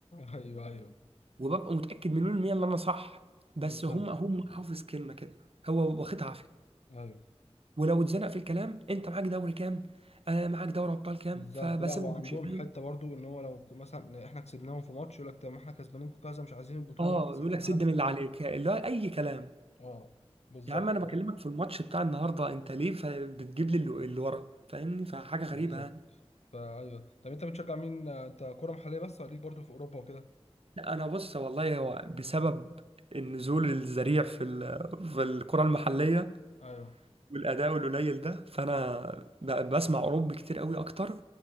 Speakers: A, on the left; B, on the right.
A: أيوة أيوة
B: وببقى متاكد مليون المية ان انا صح بس
A: بالظبط
B: هم هم حافظ كلمه كده هو واخدها عافيه
A: أيوة
B: ولو اتزنق في الكلام انت معاك دوري كام آه معاك دوري ابطال كام
A: بالظبط
B: فبسيبه
A: لا وعندهم
B: ويمشي فاهم
A: حتة برضو إن هو لو مثلا إحنا كسبناهم في ماتش يقول لك طب ما إحنا كسبانينكم كذا مش عايزين البطولة
B: اه
A: نسجلها
B: يقول لك سد
A: لكم
B: من اللي عليك اللي هو اي كلام
A: أه بالظبط
B: يا عم انا بكلمك في الماتش بتاع النهارده انت ليه ف- بتجيب لي اللي اللي ورا فاهمني فحاجه غريبه
A: بالظبط
B: يعني
A: فأيوه طب أنت بتشجع مين أنت كرة محلية بس ولا ليك برضو في أوروبا وكده؟
B: لا انا بص والله هو بسبب النزول الذريع في ال- في الكره المحليه
A: ايوه
B: والاداء القليل ده فانا بقى بسمع اوروبي كتير قوي اكتر